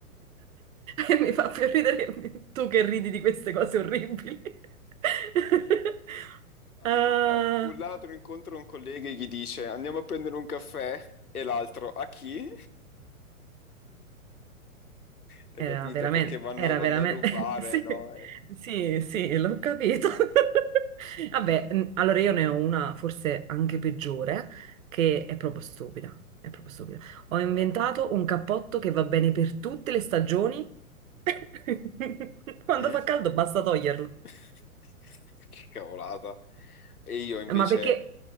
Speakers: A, on the right (about 65°); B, on the left (about 85°).
A: E mi fa più ridere che- tu che ridi di queste cose orribili. <laughs>
B: Allora,
A: Ah.
B: un ladro incontra un collega e gli dice andiamo a prendere un caffè e l'altro a chi? L'hai
A: Era
B: capita?
A: veramente,
B: Perché vanno,
A: era
B: vanno
A: veramente,
B: a rubare,
A: <laughs> sì,
B: no? E-
A: sì, sì, l'ho capito. <laughs> Vabbè, mh, allora io ne ho una forse anche peggiore, che è proprio stupida, è proprio stupida.
B: Vai,
A: Ho inventato
B: vai.
A: un cappotto che va bene per tutte le stagioni. <laughs> Quando
B: Mm?
A: fa caldo basta toglierlo.
B: <laughs> Che cavolata. E io invece...
A: Eh, Ma perché,